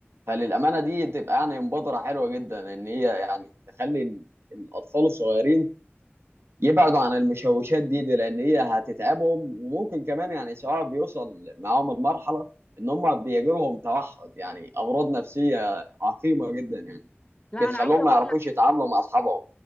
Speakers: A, on the right; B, on the left.
A: فللأمانة دي تبقى يعني مبادرة حلوة جدا إن هي يعني تخلي ال- الأطفال الصغيرين يبعدوا عن المشوشات دي, دي لأن هي هتتعبهم وممكن كمان يعني سواء بيوصل معاهم المرحلة إن هم بيجي لهم توحد يعني أمراض نفسية عقيمة جدا يعني
B: لا
A: بتخليهم
B: انا عايزه اقول
A: ما يعرفوش يتعاملوا مع أصحابهم